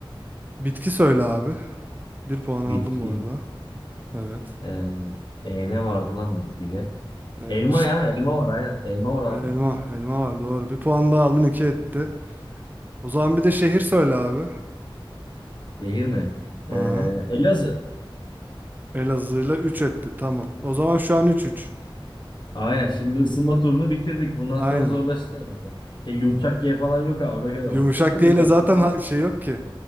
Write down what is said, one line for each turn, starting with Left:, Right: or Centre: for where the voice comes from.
Right: Bitki söyle abi. Bir puan aldım
Left: Bitki.
Right: bu arada. Evet.
Left: Ee, e ne vardı lan bitkiyle?
Right: E,
Left: Elma
Right: işte
Left: ya. Elma var aynen. Elma var
Right: elma.
Left: abi.
Right: Elma var doğru. Bir puan daha aldın iki etti. O zaman bir de şehir söyle abi.
Left: Şehir mi? Ee,
Right: Aha.
Left: Elazığ.
Right: Elazığ'la 3 etti tamam. O zaman şu an üç üç.
Left: Aynen şimdi ısınma turunu bitirdik. Bundan
Right: Aynen.
Left: sonra zorlaşır herhalde. Şey yumuşak G falan yok ha ona göre
Right: Yumuşak
Left: bak. <laughs> Zorlama
Right: değil de zaten
Left: falan.
Right: ha- şey yok ki.